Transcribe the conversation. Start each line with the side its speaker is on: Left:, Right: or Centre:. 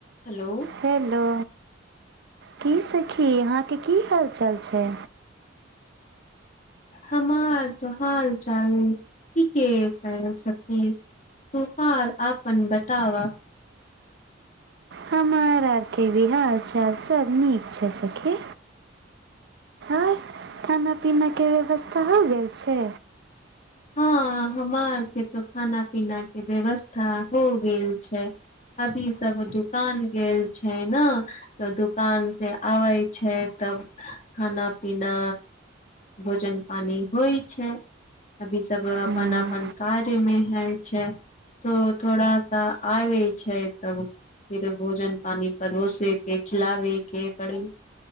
Left: hello
Right: hello की सखी अहाँके की हालचाल छै
Left: हमार तऽ हाल चाल ठीके छै सखी तुहार आपन बतावा
Right: हमार आरके वि हाल चाल सब नीक छै सखी आर खाना पीनाके व्यवस्था हो गेल छै
Left: हँ हमार के त खाना पीना के व्यवस्था हो गेल छै अभी सब दुकान गेल छै न तऽ दुकान से अबै छै तब खाना पीना भोजन पानी होइ छै अभी सब अपन
Right: हम्म,
Left: अपन कार्य मे है छै तो थोड़ासा आइबै छै तब फिर भोजन पानि परोसे के खिलाबे के पड़ी